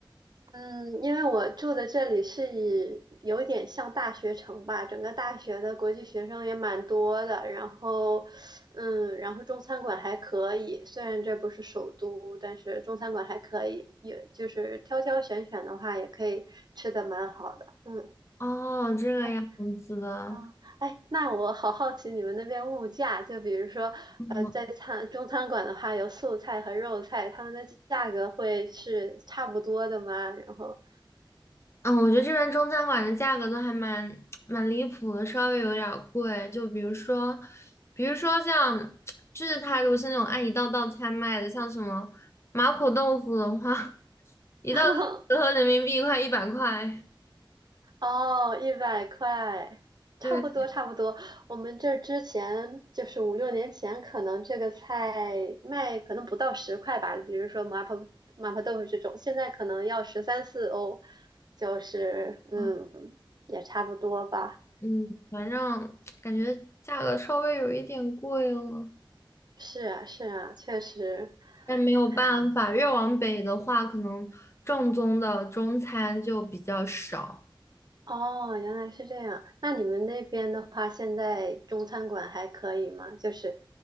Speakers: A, on the right; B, on the left.
A: 嗯，因为我住的这里是以有点像大学城吧，整个大学的国际学生也蛮多的，然后，嗯，然后中餐馆还可以，虽然这不是首都，但是中餐馆还可以，也就是挑挑选选的话，也可以吃的蛮好的，嗯。
B: 哦，这个样子的，
A: 哎啊，哎，那我好好奇你们那边物价，就比如说，
B: 嗯
A: 呃，在餐中餐馆的话，有素菜和肉菜，他们的价格会是差不多的吗？然后
B: 嗯我觉得这边中餐馆的价格都还蛮蛮离谱的，稍微有点儿贵，就比如说，比如说像，就是它如果是那种按一道道菜卖的，像什么麻婆豆腐的话，<laughs> 一道豆腐折合人民币快一百块，
A: <laughs> 哦，一百块，差不多差不多。
B: 对。
A: 我们这儿之前就是五六年前，可能这个菜卖可能不到十块吧，比如说麻婆麻婆豆腐这种，现在可能要十三四欧，就是嗯，
B: 嗯
A: 也差不多吧。
B: 嗯，反正 <tsk> 感觉价格稍微有一点贵了，
A: 是啊是啊，确实。
B: 但没有办法，
A: 哎，
B: 越往北的话，可能正宗的中餐就比较少。
A: 哦，原来是这样。那你们那边的话，现在中餐馆还可以吗？就是